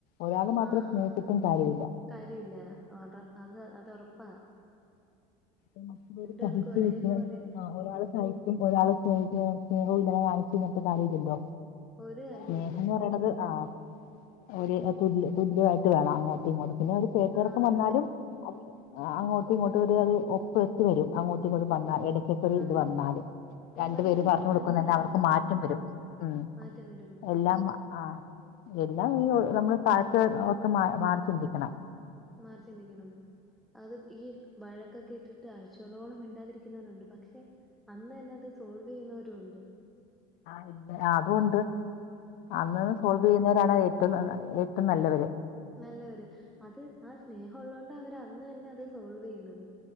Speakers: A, on the left; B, in the centre.
A: ഒരാള് മാത്രം
B: ആഹ്
A: സ്നേഹിച്ചിട്ടും കാര്യമില്ല
B: കാര്യയില്ല അത് അത് ഉറപ്പാ
A: <unintelligible>
B: പേർക്കും ഒരേപോലെ
A: ആ ഒരാള് സഹിക്കും ഒരാള് സ്നേഹ സ്നേഹവും ഇല്ലാതെ കാണിച്ച് നിന്നട് കാര്യം ഇല്ലല്ലോ
B: ഒരു കാര്യമില്ല.
A: സ്നേഹന്ന് പറയണത് ആഹ് ഒരു തുല് തുല്യമായിട്ട് വേണം അങ്ങോട്ടും ഇങ്ങോട്ടും പിന്നെ ഒരു കേറ്റർക്കം
B: ആ അതെ
A: വന്നാലും അത് അങ്ങോട്ടും ഇങ്ങോട്ട് ഒരു അത് ഒപ്പ എത്തിവരും അങ്ങോട്ടും ഇങ്ങോട്ടവന്ന ഇട ക്കൊരു
B: അതെ
A: ഇത് വന്നാല് രണ്ടു
B: മനസ്സില
A: പേര് പറഞ്ഞു കൊടുക്കുന്നന്നെ
B: മനസ്സിലാക്കണം
A: അവർക്ക് മാറ്റം വരും ഉം
B: മാറ്റം വരും
A: എല്ലാം ആഹ് എല്ലാം ഈ നമ്മള് കാലത്ത് ഒക്കെ മാറി ചിന്തിക്കണം
B: മാറി ചിന്തിക്കണം അത് ഈ വഴക്കൊക്കെട്ടിട്ട് ആഴ്ചകളോളം മിണ്ടാതിരിക്കുന്നവരുണ്ട് പക്ഷെ അന്ന് തന്നെ അത് സോൾവെയ്യുന്നവരും ഉണ്ട്
A: ആ ഇല്ല അതൂണ്ട് അന്ന്ന്ന് സോൾവ് ചെയ്യുന്നവരാണ് ഏ റ്റുംന്നതാ ഏറ്റവും നല്ലവര്
B: നല്ലവര് അത് ആ സ്നേഹം ഉള്ളോണ്ടാ അവര് അന്ന്തന്നെ അത് സോൾവയ്യുന്നത്